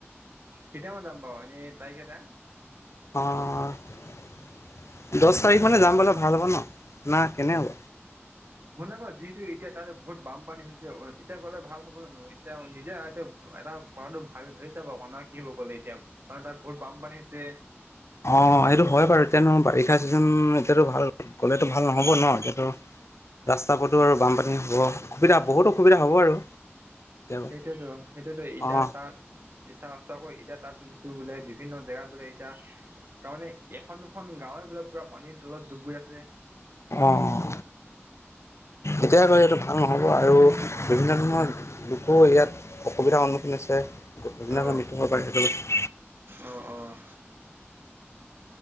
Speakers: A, on the right; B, on the left.
A: কেতিয়া মই যাম বাৰু এনেই তাৰিখ এটা
B: অঁ দহ তাৰিখ মানে যাম বোলে ভাল হ'ব ন না কেনে হ'ব
A: শুনা আকৌ যিহেটো এতিয়া তা বহুত বানপানী হৈছে এতিয়া গ'লে ভাল হ'ব যানো এতিয়া নিজে এতি এটা কৰাটো ভ ভাবিছা বাৰ কণ কি হ'ব ক'লে এতিয়া তাত বহুত বানপানী হৈছে
B: অ সেইটো হয় বাৰু এতিয়ানো বাৰিষা ছিজন এতিয়াতো ভাল গ'লেতো ভাল নহ'ব ন যিহেতো ৰাস্তা পদো আৰু বানপানী হ'ব অসুবিধা বহুত অসুবিধা হ'ব আৰু কেতিয়াবা
A: সেইটোয়েতো সেইটোতো এতিয়া
B: অঁ
A: তাত চাও চাকৈ এতিয়া তাত শুনিছো বোলে বিভিন্ন জেগাত বোলে এতিয়া তাৰমানে এখন দুখন গাঁওৱে বোলে পুৰা পানীৰ তলত ডুব গৈ আছে
B: অঁ এতিয়া গলেতো এইটো ভাল নহ'ব আৰু বিভিন্ন ধৰণৰ লোকো ইয়াত অসুবিধাৰ সন্মুখীন হৈছে
A: অ',
B: মৃত্যু পাৰে সেইটো
A: অ', অ'।